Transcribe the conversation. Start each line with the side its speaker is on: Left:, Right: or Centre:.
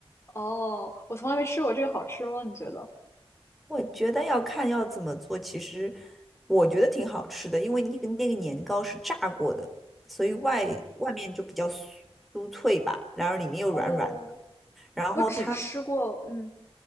Left: 哦，我从来没吃过这个，好吃吗？你觉得？
Centre: 我觉得要看要怎么做，其实我觉得挺好吃的，因为那个那个年糕是炸过的，所以外外面就比较酥酥脆吧，然后里面又软软的。
Left: 哦，
Centre: 然后它，
Left: 我只吃过，嗯，